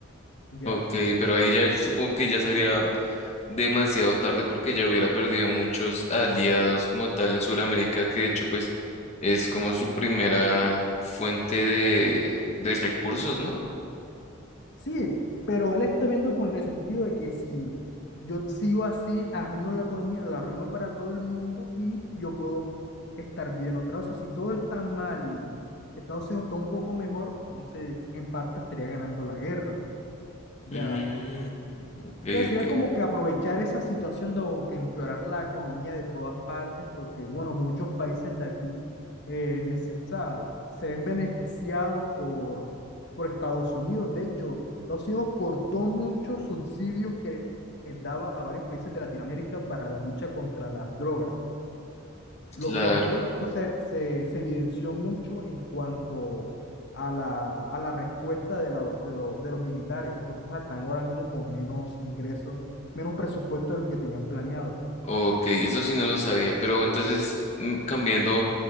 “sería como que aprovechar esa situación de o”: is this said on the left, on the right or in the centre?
Left